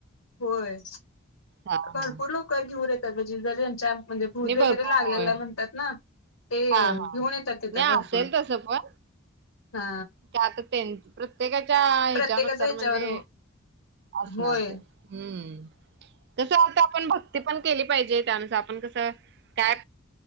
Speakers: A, on the left; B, on the right.
A: होय.
B: हा हा
A: भरपूर लोक घेऊन जिलदार यांच्या <unintelligible> म्हणजे
B: नाही
A: भूत वगैरे
B: भरपूर
A: लागलेला
B: होय
A: म्हणतात, ना ते
B: हा हा
A: घेऊन येतात तिथे
B: नाही
A: भरपूर.
B: असेल तसं पण
A: हा
B: आता प्रत्येकाच्या ह्याच्यानुसार
A: प्रत्येकाच ह्याच्यावर
B: म्हणजे असणार
A: होय.
B: ते, हम्म. कसं आता आपण भक्ती पण केली पाहिजे, त्यानुसार आपण कसं काय.